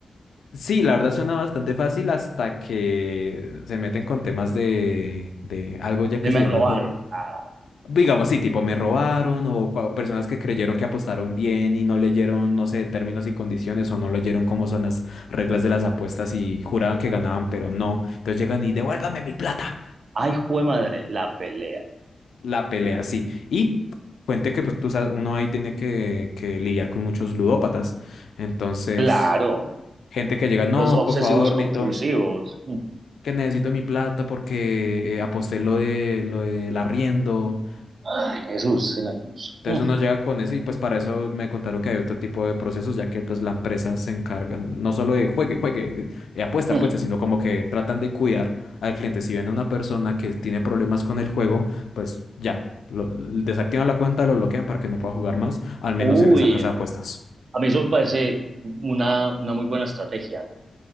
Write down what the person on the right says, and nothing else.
De
me
robaron.
Ah,
ay, jue madre, la pelea.
Claro,
los obsesivos
compulsivos.
Mm.
Ay, Jesús en la cruz.
Mm,
mm.
Uy,
A mí eso me parece una, una muy buena estrategia,